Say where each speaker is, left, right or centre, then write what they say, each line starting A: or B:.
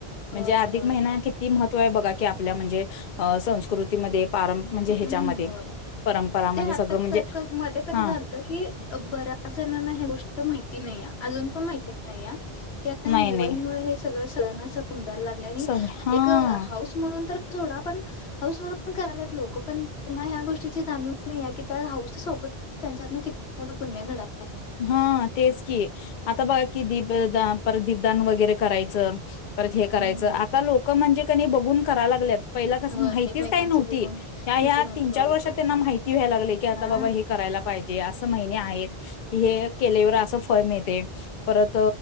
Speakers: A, on the left (about 55°); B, on the left (about 80°).
A: म्हणजे
B: होय
A: अधिक
B: होय
A: महिना
B: होय
A: किती महत तोय बघा की आपल्या म्हणजे अ संस्कृतीमध्ये पारम म्हणजे ह्याच्यामध्ये
B: हम्म होय
A: परंपरामध्ये
B: ते आता
A: सगळं म्हणजे
B: मध्ये कस
A: हा
B: झालत की बऱ्याच जणांना ह्या गोष्ट माहिती नाहीय अजून पण माहिती नाही हा की आता या
A: नाही
B: मोबाईल
A: नाही
B: मुळे हे स सगळं सगळ्यांना सम समजायला लागलंय आणि
A: सग हा
B: एक हौस म्हणून तर थोडा पण हौस म्हणून पण करायलात लोक. पण त्यांना ह्या गोष्टीची जाणीव नाहीेये त्या हौशी सोबत त्यांच्या हातन किती मोठ पुण्य घडा
A: हा तेच की आता बघा की दीप दान परत दीपदान वगैरे करायचं. परत हे करायचं
B: हम्म हम्म
A: आता लोक म्हणजे की नाही बघून करा लागल्यात. पहिला कस
B: होय
A: माहितीच
B: एकमेकांचं
A: काही नव्हती
B: बघून माहिती
A: त्या ह्या
B: नव्हतं
A: तीन
B: बरोबर
A: चार वर्षात त्यांना माहिती व्यायला लागलय की आता
B: हा
A: बाबा हे करायला पाहिजे असं महिने आहेत. हे केल्यावर असं फळ मिळते. परत